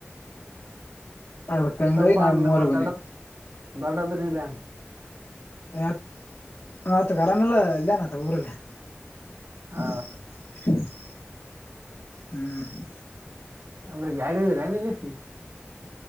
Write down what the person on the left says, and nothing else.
ಅದಕ್ ಹಂಗಾಗಿ
ನಾವ್ ಮೂವರ ಬಂದ್ವಿ
ತ್ ಆತ್ ಆರಾಮೆಲ್ಲ ಇಲ್ಲಯನ್ತ ಊರಲ್ಲಿ.
<unintelligible> ಹ್ಮ್